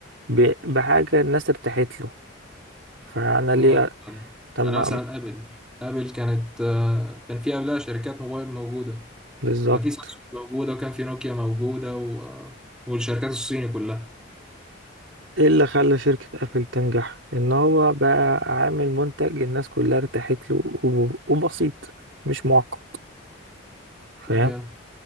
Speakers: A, on the right; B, in the centre.
A: ب- بحاجة الناس ارتاحت له فأنا ليه
B: الله يرحمه
A: طب
B: يعني
A: ما-
B: مثلا ابل ابل كانت آه، كان في قبلها شركات موبايل موجودة
A: بالظبط
B: كان في سامسونج موجودة وكان في نوكيا موجودة و... آه، والشركات الصيني كلها
A: ايه اللي خلى شركة ابل تنجح ان هو بقى عامل منتج الناس كلها ارتاحت له و- وبسيط مش معقد فاهم
B: جامد